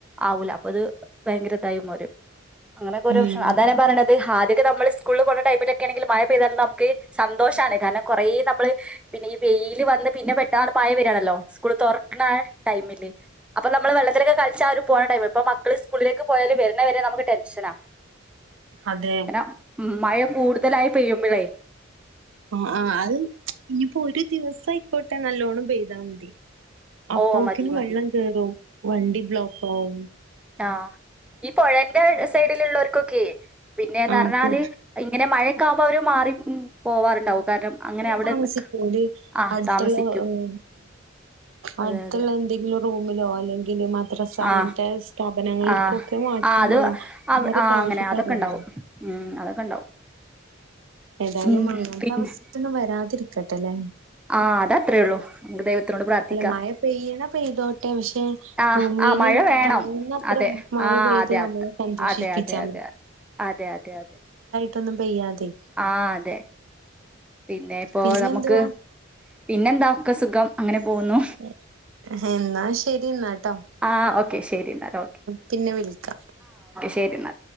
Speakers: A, in the centre; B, on the right.
A: ആവൂല പ്പത് അ <unintelligible> ഭയങ്കരതായി മാരും അങ്ങനൊക്കെ ഒരു
B: ഉം.
A: പക്ഷെ അതാ ഞാ പറയ്ണെ ഹത് ഹാദ്യയൊക്കെ നമ്മള് സ്കൂളിൽ പോണ ടൈമിലൊക്കെണെങ്കിൽ മഴ പെയതാലും നമുക്ക് സന്തോഷാണ് കാരണം കൊറേ നമ്മള് ഹ് പിന്നെ ഈ വൈല് വന്ന് പിന്നെ പെട്ടാന്ന് മഴ വരാണല്ലോ സ്കൂള് തുറക്കണാ ടൈമില് അപ്പൊ നമ്മള് വെള്ളത്തിലൊക്കെ കളിച്ചാ ആ പോണ ടൈം ഇപ്പോ മക്കള് സ്കൂളിലേക്ക് പോയാല് വരുന്ന വരെ നമുക്ക് ടെൻഷനാ
B: അതെ.
A: കാരണം ഉം മയ കൂടുതലായി പെയ്യുമ്പോഴേ
B: മ് ആ ആയ് ഇനിയിപ്പോ ഒരു ദിവസായിക്കോട്ടെ നല്ലോണം പെയ്താ മതി അപ്പോക്കിനും
A: ഓ മതി മതി
B: വെള്ളം കേറും വണ്ടി ബ്ലോക്ക് ആവും
A: ആ ഈ പുഴയിന്റ് സൈഡിലുള്ളോർ ക്കൊക്കെ പിന്നെ എന്ന്
B: ആഹ്
A: പറഞ്ഞാല്
B: കൂ
A: ക്കാവുമ്പോ അവര് മാറി ഉം പോവാറുണ്ടാവും കാരണം അങ്ങനെ അവിടെ
B: താമസിക്കുണ്ട്
A: നിക്ക ആ
B: അടുത്തുള്ള
A: താമസിക്കും
B: ഉം അടുത്തുള്ള
A: അതെ അതെ
B: എന്തെങ്കിലും റൂമിലോ അല്ലെങ്കിൽ മാര് റസ അങ്ങത്തെ
A: ആ
B: സ്ഥാപനങ്ങളിൽ
A: ആ
B: ക്കൊ ക്കെ മാറ്റി
A: ആ അത് അവ
B: മാറി
A: ആ
B: താമസിക്കാറുണ്ട്
A: അങ്ങനെ അതൊക്കെ ഉണ്ടാവും ഉം അതൊക്കെ ഉണ്ടാവും
B: ഏതായാലും
A: ഉം
B: അങ്ങനത്ത
A: പിന്നെ
B: അവസ്ഥന്നും വരാതിരിക്ക തലേ
A: ആ അത അത്രേള്ളൂ മ്മക്ക് ദൈവത്തിനോട് പ്രാർത്ഥിക്കാ
B: അല്ല മഴ പെയ്യണ പെയ്തോട്ടെ പക്ഷെ
A: ആ
B: ഭൂമീന്
A: ആ മഴ വേണം.
B: താങ്ങുന്നത്ര
A: അതെ
B: മഴ
A: ആ
B: പെയ്ത്
A: അതെ
B: നമ്മളെ
A: അതെതെ
B: സന്തോഷിപ്പിച്ചാ
A: അതെ അതെ അതെ അതെ അതെ
B: ട്ടൊന്നും പെയ്യാതെ
A: ആ അതെ പിന്നെ ഇപ്പോ
B: പിന്നെ
A: നമുക്ക്
B: എന്തുവാ
A: പിന്നെന്താ ഒക്ക സുഖം. അങ്ങനെ പോകുന്നു
B: എ എന്നാ ശരിന്നാട്ടോ.
A: ആ ഓക്കെ ശരി എന്നാൽ
B: പിന്നെ വിളിക്കാം.
A: ശരിന്നാ